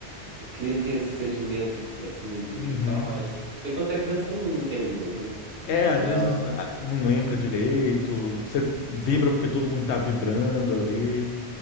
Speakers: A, on the right; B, on the left.
A: Eu queria ter esse sentimento de, assim, de
B: Uhum.
A: vitórias. Porque quando você é criança, você não entende muito, né?
B: É,
A: Então,
B: às vezes ah, não lembra direito, você vibra porque todo mundo tá vibrando ali.